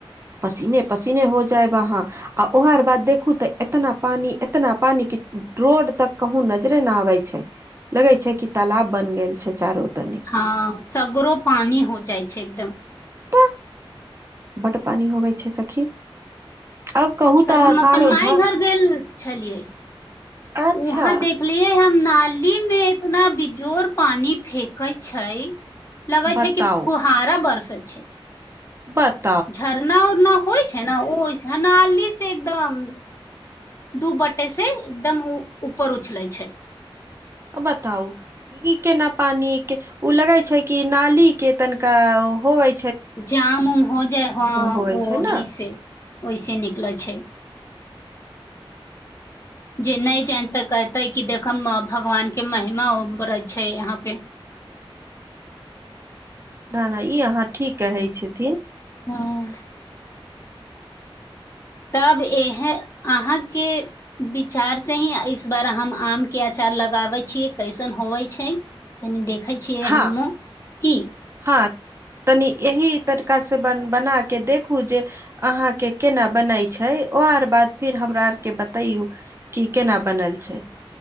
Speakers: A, on the right; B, on the left.
A: पसीने पसीने हो जाएब अहाँ आ ओहार बाद देखू तऽ एतना पानी एतना पानी की रोड तक कहुं नजरे न आबै छै लगै छै कि तालाब बन गेल छै चारो तनी
B: हँ सगरो पानी हो जाइ छै एकदम
A: तऽ बड्ड पानी होबै छै सखी आब कहू
B: कल
A: तऽ
B: हम
A: आषाढ़
B: अपन माय
A: भ
B: घर गेल छलियै
A: अच्छा
B: उहाँ देख देखलियै हम नाली मे एतना बेजोड़ पानी फेकैइ छै लगै
A: बताउ
B: छै कि फुहारा बरसै छै
A: बत
B: झरना उरना होइ छै ने ओइस हनाली से एकदम दू बटे से एकदम ऊपर उछलै छै
A: क बताउ ई केना पानी के उ लगै छै कि नाली के तनिका होवै
B: जाम उम हो जाय हँ
A: होवे
B: ओ
A: छै
B: ओहि
A: ने
B: से ओहिसे निकलै छै जे नहि जानितै कहतै कि देखमब भगवान के महिमा उबरैछै यहाँ पे
A: न न ई अहाँ ठीक कहै छथिन
B: हँ तब एहे अहाँ के विचार से ही इस बार हम आम के अँचार लगाबै छियै कैसन होवै छै तनी देखै छियै
A: हँ
B: हमहुँ की
A: हँ तनि एही तरीका से बन बना के देखू जे अहाँ के केना बनै छै ओ आर बाद फेर हमरा आर के बात बतैयू की केना बनल छै